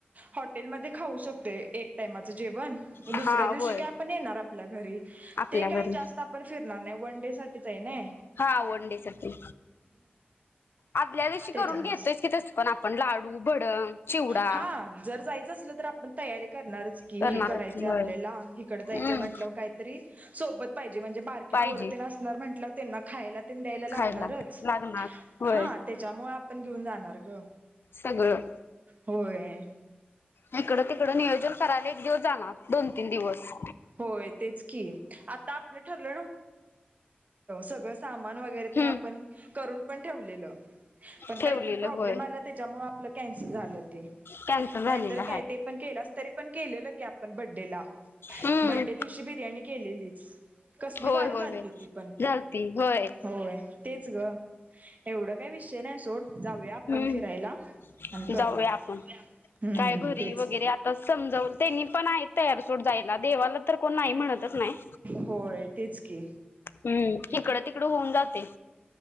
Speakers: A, on the right (about 45°); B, on the left (about 80°).
A: हॉटेलमध्ये खाऊ शकतोय एक टायमाच जेवण
B: हा
A: दुसऱ्या दिवशी
B: होय
A: काय आपण येणार आपल्या घरी
B: आपल्या
A: ते
B: घरी.
A: काय जास्त आपण फिरणार नाही वन डे साठीच हाय नाई.
B: हा वन डे साठी आदल्या दिवशी करून
A: त्याच्यामुळेच
B: घेतयच की तस पण आपण लाडू भडंग, चिवडा.
A: हा जर जायचं असलं तर आपण तयारी करणारच कि
B: करणारच
A: हे करायचंय
B: की होय.
A: आपल्याला. इकड जायचं
B: हम्म
A: म्हटलं काहीतरी सोबत पाहिजे म्हणजे बार की
B: पाहिजे
A: पोर तेन असणार म्हटल्यावर त्यांना खायला तेन द्यायला लागणारच
B: खायला लागणार होय.
A: हा त्याच्यामुळ आपण घेऊन जाणार ग
B: सगळं
A: होय.
B: हिकडं तिकड नियोजन करायला एक दिवस जाणार दोन तीन दिवस
A: होय तेच की आत्ता आपलं ठरलं न सगळं सामान वगैरे तेन
B: हम्म
A: आपण करून पण ठेवलेलं. पण
B: ठेवलेलं
A: काय तर प्रॉब्लेम
B: होय
A: आला त्याच्यामुळे आपलं कॅन्सल झालं ते
B: कॅन्सल झालेलं
A: नाही तर
B: हाय.
A: काय ते पण केलास तरी पण केलेलं की आपण बड्डेला
B: हम्म
A: बड्डे दिवशी बिर्याणी केलेलीच. कसली
B: होय
A: भारी
B: होय
A: झालती
B: होय
A: ती पण
B: झालती होय.
A: होय तेच ग एवढं काय विषय नाही सोड. जाऊया आपण
B: हम्म
A: फिरायला आणि करूया.
B: जाऊया आपण.
A: हम्म
B: काय घरी
A: तेच
B: वगैरे आता समजावून त्यांनी पण आहे तयार सोड जायला देवाला तर कोण नाही म्हणतच नाही
A: होय तेच की
B: हम् इकड तिकड होऊन जातय.